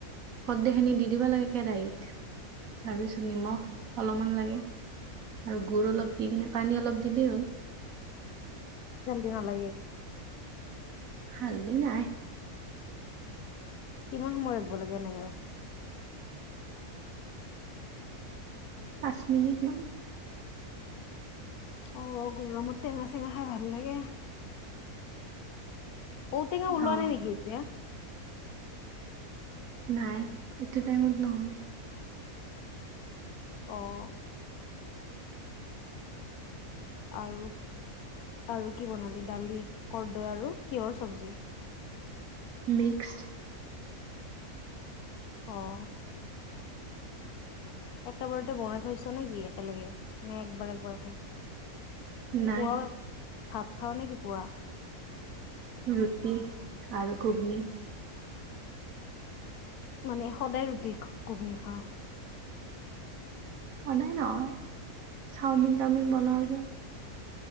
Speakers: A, on the right; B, on the left.
A: কৰ্দেখিনি দি দিব লাগে কেৰাহীত তাৰপিছত নিমখ অলপমান লাগে আৰু গুড় অলপ দি কিনে পানী অলপ দিলেই হ'ল।
B: জলদি নালাগে।
A: হালদি নাই।
B: কিমান সময় লখিব লাগে নাই আৰু?
A: পাঁচ মিনিট মান।
B: অ', গৰমত টেঙা চেঙা খাই ভাল লাগে। ঔটেঙা উলোৱা
A: অ
B: নাই নেকি এতিয়া?
A: নাই, এইটো টাইমত নহয়।
B: অ'। আৰু, আৰু কি বনালি দালি, কৰদৈ আৰু কিহৰ চব্জি?
A: মিক্স।
B: অ'। একেবাৰতে বনাই থৈছ নে কি, একেলগে, নে একবাৰ একবাৰকে।
A: নাই।
B: পুৱাও ভাত খাও নে কি পুৱা?
A: ৰুটি আৰু ঘুগনি।
B: মানে সদায় ৰুটি ঘূগনি খাৱ?
A: সদায় নহয় চাওমিন তাওমিন বনোৱা যাই।